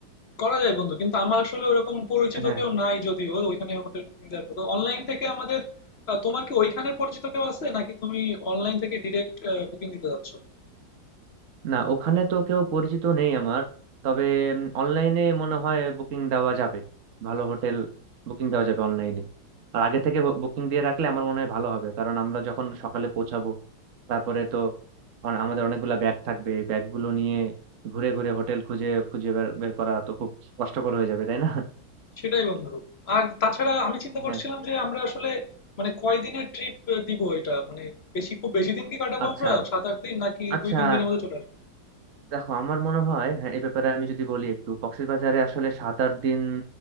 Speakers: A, on the left; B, on the right.
A: করা যায় বন্ধু কিন্তু আমার আসলে ওরকম পরিচিত
B: হ্যাঁ
A: কেউ নাই যদিও ওইখানে হোটেল বুকিং দেওয়ার মতো অনলাইন থেকে আমাদের আহ, তোমার কি ওইখানের পরিচিত কেউ আছে নাকি তুমি অনলাইন থেকে ডিরেক্ট বুকিং দিতে যাচ্ছ
B: না ওখানে তো কেউ পরিচিত নেই আমার তবে অনলাইনে মনে হয় বুকিং দেওয়া যাবে ভালো হোটেল বুকিং দেওয়া যাবে অনলাইনে আর আগে থেকে বুকিং দিয়ে রাখলে আমার মনে হয় ভালো হবে কারণ আমরা যখন সকালে পৌঁছাবো তারপরে তো অন- আমাদের অনেকগুলা ব্যাগ থাকবে এই ব্যাগগুলো নিয়ে ঘুরে ঘুরে হোটেল খুঁজে খুঁজে বের বের করা তো খুব কষ্টকর হয়ে যাবে তাই না
A: সেটাই বন্ধু আর তাছাড়া আমি চিন্তা
B: হ্যাঁ
A: করছিলাম যে আমরা আসলে মানে কয়দিনের ট্রিপ দিব এটা মানে বেশি খুব বেশি দিন কি কাটাবো
B: আচ্ছা
A: আমরা সাত আট দিন নাকি
B: আচ্ছা
A: দুই তিন দিনের মধ্যে চলে আসবো
B: দেখো আমার মনে হয় হ্যাঁ, এ ব্যাপারে আমি যদি বলি একটু কক্সবাজারে আসলে সাত আট দিন